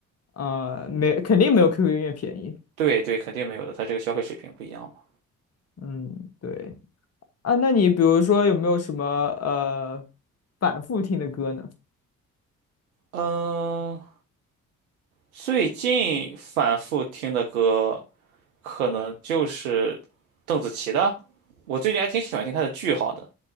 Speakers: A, on the left (about 35°); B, on the right (about 75°).
A: 呃没肯定没有 QQ 音乐便宜。
B: 对对，肯定没有的，它这个消费水平不一样嘛。
A: 嗯，对啊，那你比如说有没有什么呃反复听的歌呢？
B: 嗯、最近反复听的歌可能就是邓紫棋的，我最近还挺喜欢听她的《句号》的。